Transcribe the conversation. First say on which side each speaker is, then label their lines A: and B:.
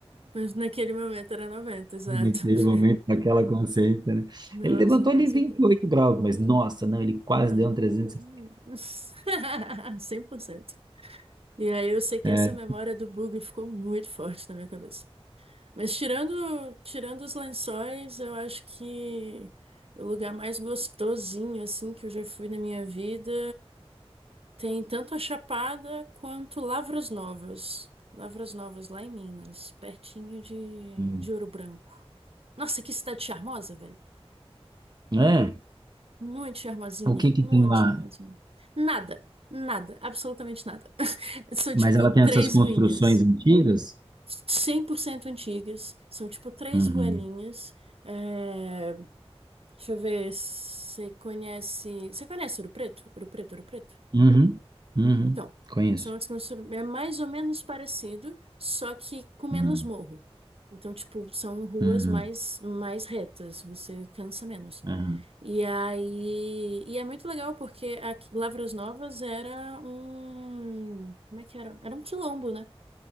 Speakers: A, on the right (about 65°); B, on the right (about 40°).
A: mas naquele momento era 90 exato.
B: naquele
A: <laughs>
B: momento, naquela consciência, né?
A: Nossa,
B: Ele levantou
A: com
B: ali
A: certeza.
B: vinte e oito graus, mas nossa, não, ele quase
A: Não.
B: deu um trezentos.
A: <laughs> cem por cento E aí eu sei que
B: É,
A: essa
B: é,
A: memória do bug ficou muito forte na minha cabeça. Mas tirando, tirando os lençóis, eu acho que o lugar mais gostosinho assim que eu já fui na minha vida Tem tanto a Chapada quanto Lavras Novas. Lavras Novas, lá em Minas, pertinho de,
B: hum.
A: de Ouro Branco. Nossa, que cidade charmosa, velho.
B: É,
A: Muito charmosinha,
B: o que
A: muito
B: que tem lá?
A: charmosinha. Nada, nada, absolutamente nada. <laughs> São
B: Mas
A: tipo
B: ela
A: três
B: tem essas construções
A: ruínas,
B: antigas?
A: 100% antigas, são tipo três
B: Uhum.
A: ruelinhas. É... Deixa eu ver, você conhece. Você conhece Ouro Preto? Ouro Preto, Ouro Preto?
B: Uhum. Uhum.
A: Então,
B: Conheço.
A: são artes constru- é mais ou menos parecido, só que com menos
B: Uhum.
A: morro. Então, tipo, são ruas
B: Uhum,
A: mais, mais retas, você cansa menos.
B: uhum.
A: E aí, e é muito legal porque aqui, Lavras Novas era um, como é que era? Era um quilombo, né?